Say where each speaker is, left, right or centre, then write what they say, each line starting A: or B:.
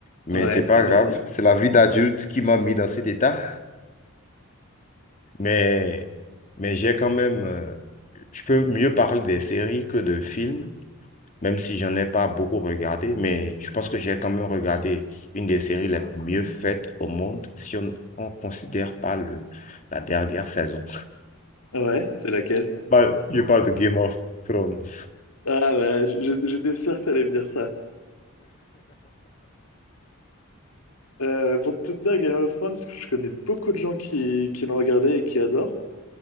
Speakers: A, on the left (about 35°); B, on the left (about 85°).
A: mais
B: Ouais,
A: c'est pas
B: vas-y.
A: grave. C'est la vie d'adulte qui m'a mis dans cet état. Mais, mais j'ai quand même. euh, je peux mieux parler des séries que de films, même si j'en ai pas beaucoup regardé. Mais je pense que j'ai quand même regardé une des séries les mieux faites au monde, si on ne considère pas le, la dernière saison.
B: Ouais, c'est laquelle?
A: Bah, Je parle de Game of Thrones.
B: Ah ouais. je- j'étais sûr que t'allais me dire ça. Euh, pour tout te dire, Game of Thrones, je connais beaucoup de gens qui, qui l'ont regardé et qui adorent.